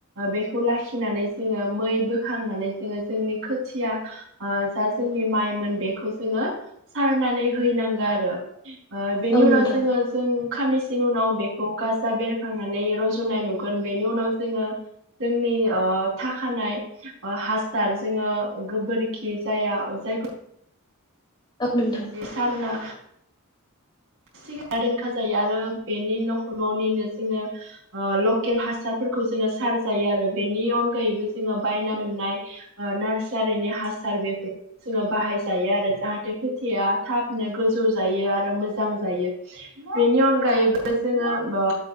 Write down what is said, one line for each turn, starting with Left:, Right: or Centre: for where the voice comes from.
Right: बेखौ लाखिनानै जोंङो मै बोखांनानै जोंङो जोंनि खोथिया ओ जा जोंनि माइमोन बेखौ जोंङो सारनानै हैनांगौ आरो। ओ बेनि
Left: औ
Right: उनाव
Left: नोंथां
Right: जोंङो जों साननैसोनि उनाव बेखौ गाजा बेरखांनानै रज'नाय नुगोन बेनि उनाव जोंङो जोंनि ओ थाखानाय ओ हासार जोंङो गोबोरखि जाया जायखौ
Left: औ नोंथां
Right: सारना सिग दोनखा जायो आरो बेनि न' न'निनो जोंङो ओ लकेल हासारफोरखौ जोंङो सारजायो आरो बेनि अनगायैबो जोंङो बायना मोन्नाय ओ नार्सारिनि हासार बेफोर जोंङो बाहायजायो आरो जाहाथे खोथियाया थाबनो गोजौ जायो आरो मोजां जायो। बेनि अनगायैबो जोंङो ओ